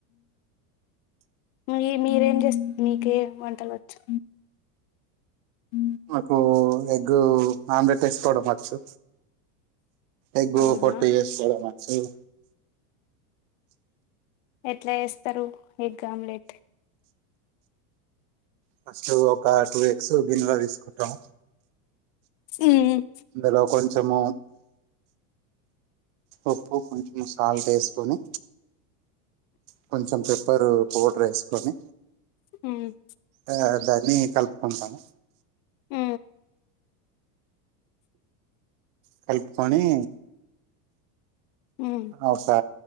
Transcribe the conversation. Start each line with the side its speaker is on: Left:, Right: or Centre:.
Left: మీ మీరేం చేస్త మీకే వంటలుచ్చు ఉ
Right: నాకు ఎగ్ ఆమ్లెట్ వేసుకోవడం వచ్చు ఎకు
Left: అవునా
Right: పట్టస్త స
Left: ఎట్ల ఎస్తస్తరు ఎ గమలేెట్
Right: ఫస్ట్ ఒక టూ ఎక్స్ గిన్నెలో తీసుకుంటాం
Left: ఉమ్
Right: ఇలో కొ కొంచెము ఉప్పు కొంచెం మసాల వేసుకొని పంచమ ప పపరు పౌడర్ వేసుకొని
Left: ఉమ్
Right: ఆ దాన్ని కలుపుకుంటాను
Left: అ
Right: కల్పు కోని
Left: హ్మ్
Right: అవు సా